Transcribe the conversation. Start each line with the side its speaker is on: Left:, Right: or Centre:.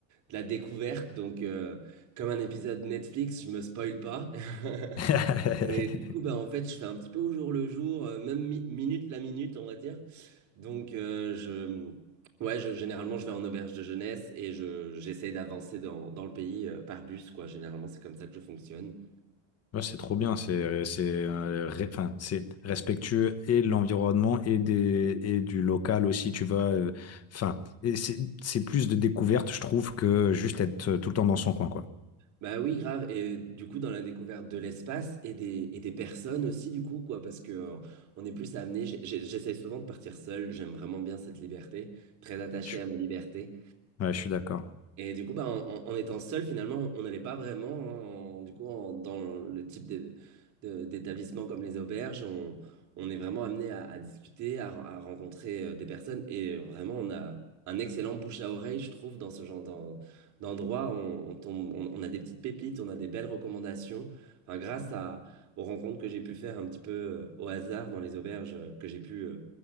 Right: de la découverte. Donc, euh, comme un épisode Netflix, je me spoil pas. <laughs>
Left: <laughs>
Right: Et du coup, bah, en fait, je fais un petit peu au jour le jour, euh, même mi- minute la minute, on va dire. Donc, euh, je, ouais, je- généralement, je vais en auberge de jeunesse et je, j'essaye d'avancer dans, dans le pays euh, par bus, quoi. Généralement, c'est comme ça que je fonctionne.
Left: Ouais, c'est trop bien, c'est euh, c'est euh, ré- enfin, c'est respectueux et de l'environnement et des et du local aussi, tu vois. euh, Enfin, et c'est c'est plus de découverte, je trouve, que juste être euh, tout le temps dans son coin, quoi.
Right: Bah oui, grave. Et du coup, dans la découverte de l'espace et des, et des personnes aussi, du coup, quoi, parce que euh, on est plus amené. j'ai- j'ai- J'essaye souvent de partir seul. J'aime vraiment bien cette liberté, très attaché
Left: Je, suis-
Right: à ma liberté.
Left: ouais, je suis d'accord.
Right: Et du coup, bah, en, en- en étant seul, finalement, on n'allait pas vraiment, hein, en- du coup, en- dans le type de- de- d'établissement comme les auberges, on, on est vraiment amené à, à discuter, à, à rencontrer euh, des personnes. Et euh, vraiment, on a un excellent bouche à oreille, je trouve, dans ce genre d'en- d'endroit. On, on tombe, on, on a des petites pépites, on a des belles recommandations. Enfin, grâce à, aux rencontres que j'ai pu faire un petit peu euh, au hasard dans les auberges euh, que j'ai pu euh,